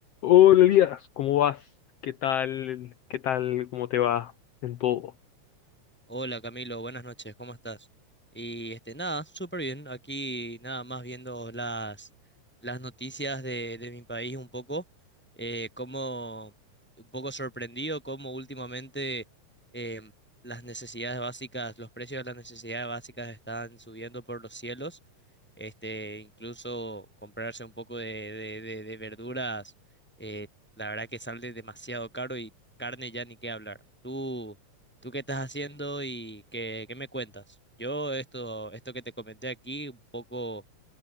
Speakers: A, on the left; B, in the centre.
A: Hola Elías, ¿cómo vas? ¿Qué tal? ¿Qué tal? ¿Cómo te va en todo?
B: Hola Camilo, buenas noches, ¿cómo estás? Y este, nada, súper bien, aquí nada más viendo las, las noticias de, de mi país un poco, eh, como un poco sorprendido cómo últimamente em, las necesidades básicas, los precios de las necesidades básicas están subiendo por los cielos, este, incluso comprarse un poco de, de, de- de verduras, eh, la verdad que sale demasiado caro y carne ya ni qué hablar. ¿Tú? ¿Tú qué estás haciendo y qué, qué me cuentas? Yo esto, esto que te comenté aquí, un poco,